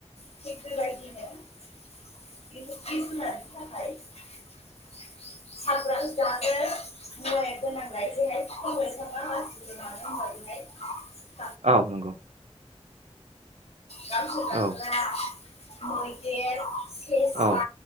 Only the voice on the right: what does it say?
औ नंगौ।
औ।
औ।